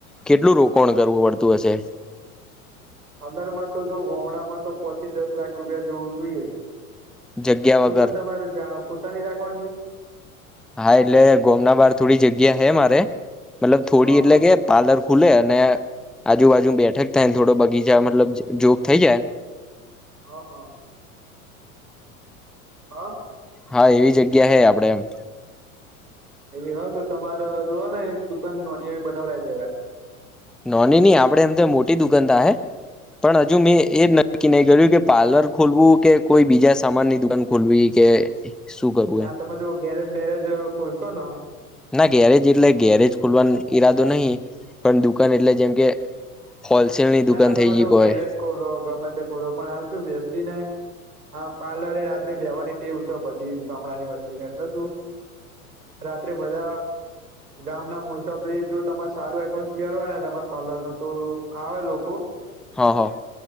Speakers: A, in the centre; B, on the right.
A: કેટલું રોકાણ કરવું પડતું હશે
B: અંદર માં તો જો ગોમણામાં તો પોચ થી દસ લાખ રૂપિયા જોવું જોઈએ
A: જગ્યા
B: દુકાન
A: વગર
B: તમારું જા પોતાની રાખવાની હોય
A: હા એટલે ગોમના બાર થોડી જગ્યા હ મારે મતલબ
B: હ
A: થોડી એટલે
B: હ
A: કે પાર્લર ખુલે અને આજુબાજુ બેઠક થાયને થોડો બગીચા મતલબ જોક થઈ જાયને
B: હા હા હા
A: હા એવી જગ્યા હૈ આપડે એમ
B: એવી હ તો તમારે જો ને એક દુકાન ન એવી બનાવરાય દેવાય
A: નોની ન આપડે એમ તો મોટી દુકાનદ હે પણ હજુ
B: હમ
A: મેં એ નક્કી નહી કર્યું કે પાર્લર ખોલવું કે કોઈ બીજા સામાનની દુકાન ખોલવી કે શું કરવું
B: હા
A: એમ
B: તમે જો ગેરેજ બેેરેજ ખોલશો ન
A: ના ગેરેજ એટલે ગેરેજ ખોલવાનો ઈરાદો નહી પણ દુકાન એટલે જેમ કે હોલસેલની
B: ના
A: દુકાન
B: ના તમે
A: થઈ ગઈ
B: જો
A: કોઈ
B: ગેરેજ ખોલો ગમે તે ખોલો પણ આવશું વ્યસ્તી ને હા પાર્લરે એ રાત્રે બેહવાની ટેવ છ બધી ગામડા ની વસ્તી ને એટલે શું રાત્રે બધા ગામ ના મોટોપલી જો તમારે સારું એ <unintelligible> હોય ને તમારા પાર્લર નું તો આવે લોકો
A: હ હ.